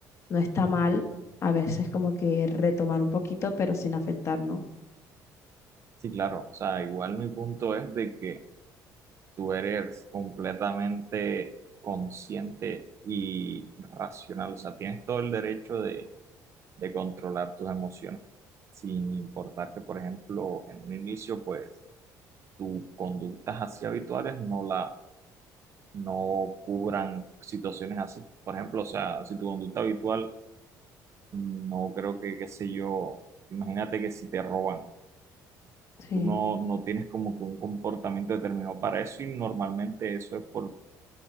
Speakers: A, on the left; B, on the right.
A: no está mal a veces como que retomar un poquito, pero sin afectar, ¿no?
B: sí, claro. O sea, igual mi punto es de que tú eres completamente consciente y racional. O sea, tienes todo el derecho de, de controlar tus emociones, sin importar que, por ejemplo, en un inicio, pues, tus conductas así habituales no la no cubran situaciones así. Por ejemplo, o sea, si tu conducta habitual, no creo que, qué sé yo, imagínate que si te roban,
A: Sí,
B: tú no, no tienes como que un comportamiento determinado para eso y normalmente eso es por,